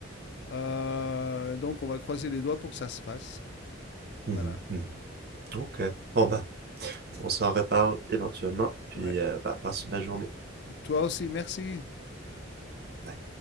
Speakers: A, on the left (about 55°); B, on the right (about 50°).
A: Euh, donc on va croiser les doigts pour que ça se fasse.
B: mhm,
A: Voilà.
B: mhm. Ok. Bon, bah, On s'en reparle éventuellement, puis
A: Ouais.
B: euh, bah, passe une belle journée.
A: Toi aussi, merci.
B: Bye.